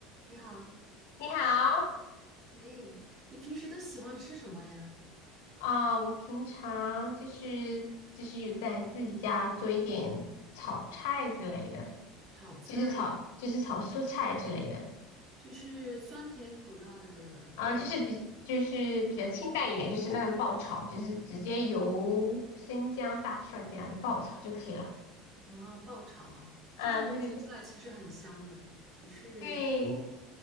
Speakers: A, on the right; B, on the left.
A: 你好，
B: 你好
A: 哎，你平时都喜欢吃什么呀？
B: 啊，我平常就是就是有在自己家做一点炒菜之类的，
A: 炒菜
B: 就是炒就是炒蔬菜之类的
A: 就是酸甜苦辣的口味
B: 啊，就是比就是比较清淡一点，就是那种爆炒，就是直接油、生姜、大蒜这样子爆炒就可以了。
A: 啊，爆炒啊，
B: 啊，
A: 这种炒出来其实很香的。
B: 对对对
A: 只是
B: 对，